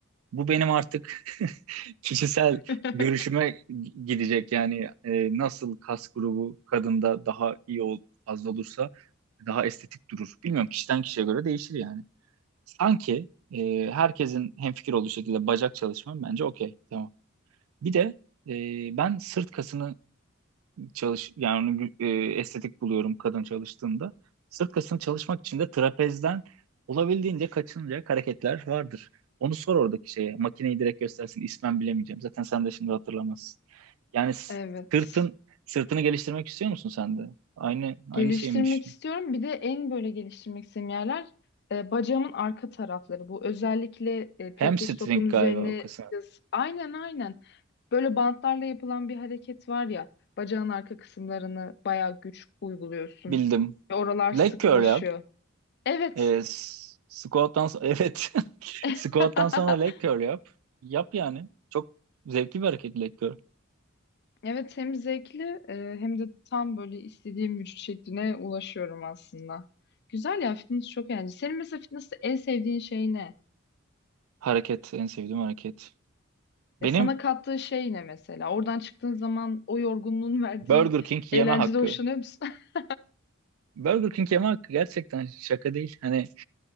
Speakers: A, on the right; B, on the left.
A: Bu benim artık <laughs> kişisel
B: <laughs>
A: görüşüme gidecek. Yani e, nasıl kas grubu kadında daha iyi ol, fazla olursa daha estetik durur. Bilmiyorum kişiden kişiye göre değişir yani. Sanki e, herkesin hemfikir olduğu şekilde bacak çalışmam bence okey. Tamam. Bir de e, ben sırt kasını çalış yani onu gü- e, estetik buluyorum kadın çalıştığında. Sırt kasını çalışmak için de trapezden olabildiğince kaçınacak hareketler vardır. Onu sor oradaki şeye. Makineyi direkt göstersin. İsmen bilemeyeceğim. Zaten sen de şimdi hatırlamazsın. Yani s-
B: Evet.
A: sırtın sırtını geliştirmek istiyor musun sen de? Aynı
B: Geliştirmek
A: aynı şeyi mi düşünüyorsun?
B: istiyorum. Bir de en böyle geliştirmek istediğim yerler e, bacağımın arka tarafları. Bu özellikle e, pilates
A: Hamstring
B: topunun üzerine
A: galiba o kasa.
B: yaz. Aynen aynen. Böyle bantlarla yapılan bir hareket var ya. Bacağın arka kısımlarını bayağı güç uyguluyorsun.
A: Bildim.
B: Ve oralar sıkılaşıyor.
A: Leg curl yap.
B: Evet.
A: E, s- squat'tan so- <laughs> evet. <laughs>
B: <laughs>
A: Squat'tan sonra leg curl yap. Yap yani. Çok zevkli bir hareket leg curl.
B: Evet hem zevkli e, hem de tam böyle istediğim vücut şekline ulaşıyorum aslında. Güzel ya fitness çok eğlenceli. Senin mesela fitness'te en sevdiğin şey ne?
A: Hareket en sevdiğim hareket.
B: Ya
A: Benim
B: sana kattığı şey ne mesela? Oradan çıktığın zaman o yorgunluğun <laughs> verdiği
A: Burger King
B: eğlencede
A: yeme hakkı.
B: hoşlanıyor musun? <laughs>
A: Burger King yeme hakkı gerçekten şaka değil. Hani